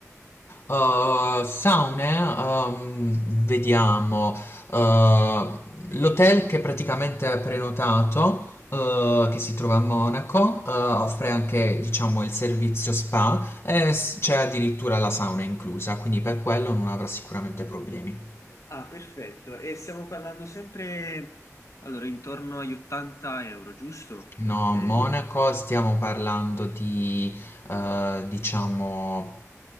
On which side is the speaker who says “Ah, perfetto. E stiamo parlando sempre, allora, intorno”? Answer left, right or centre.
Left